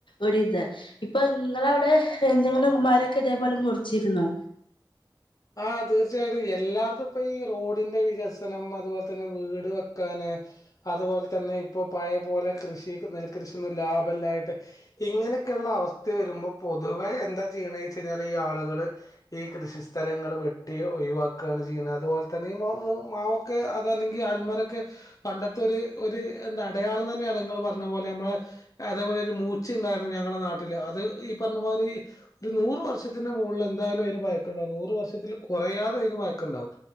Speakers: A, on the left; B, on the left.
A: ഒരിത് ഇപ്പൊ നിങ്ങള അവിടെ എന്തെങ്കിലും മരൊക്കെ ഇതേപോലെ മുറിച്ചിരുന്നോ
B: ആ തീർച്ചയായിട്ടും എല്ലാർത്തും ഇപ്പ ഈ റോഡിന്റെ വികസനം അതുപോലെ തന്നെ വീട് വെക്കാന് അതുപോലെ തന്നെ ഇപ്പൊ പഴ പോലെ കൃഷി നെൽകൃഷിന്നും ലാഭമല്ലായിട്ട്. ഇങ്ങനെയൊക്കെയള്ള അവസ്ഥ വരുമ്പോൾ പൊതുവെ എന്താ ചെയ്യണ വച്ച കഴിഞ്ഞാൽ ഈ ആളുകള് ഈ കൃഷി സ്ഥലങ്ങൾ വെട്ടി ഒഴിവാക്കാണ് ചെയ്യണ, അതുപോലെ തന്നെ ഈ മാവൊക്കെ അതല്ലെങ്കിൽ അ ൽമരൊക്കെ പണ്ടത്തെ ഒര് ഒരു എന്താ അടയാളം തന്നെയാണ് നിങ്ങൾ പറഞ്ഞ പോലെ നമ്മ അതേപോലെ ഒരു മൂച്ചിണ്ടായിരുന്നു ഞങ്ങളുടെ നാട്ടിൽ അത് ഈ പറഞ്ഞ മായിരി ഒരു നൂറ് വർഷത്തിന്റെ മുകളിൽ എന്തായാലും അതിനന് പഴക്കംണ്ടായിനി, നൂ വർശത്തിൽ കുറയാതെ അയക് പയക്ക ഉണ്ടാവും